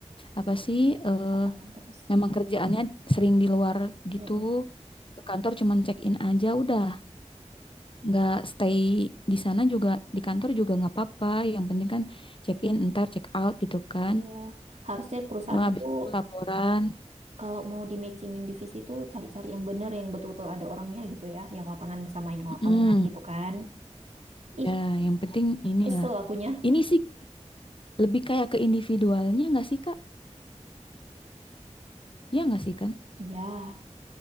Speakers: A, on the left; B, on the right.
A: apa sih? eh,
B: lapangan terus.
A: memang kerjaannya sering di luar gitu.
B: Mm-mm.
A: Ke kantor cuman check in aja udah nggak stay di sana juga di kantor juga nggak apa-apa yang penting kan check in ntar check out gitu kan
B: Iya, harusnya perusahaannya
A: kalau habis
B: tuh
A: itu laporan
B: kalau mau di matchingin divisi tuh cari-cari yang bener yang betul-betul ada orangnya gitu ya, yang lapangan sama yang lapangan
A: mm,
B: gitu kan. Ih,
A: ya yang penting inilah
B: kesel akunya.
A: ini sih lebih kayak ke individualnya nggak sih kak ya nggak sih kan
B: Iya,